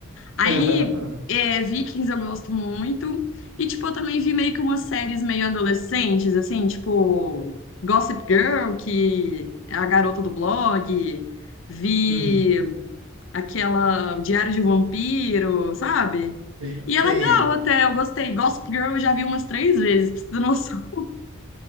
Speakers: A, on the left; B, on the right.
A: Aí,
B: <laughs> Aham, aham.
A: é, Vikings eu gosto muito. E, tipo, eu também vi meio que umas séries meio adolescentes, assim, tipo Gossip Girl, que é a garota do blog. Vi
B: Uhum.
A: aquela o Diário de um Vampiro, sabe?
B: Sim,
A: E
B: sim.
A: é legal até, eu gostei. Gossip Girl eu já vi umas três vezes, pra você ter noção. <laughs>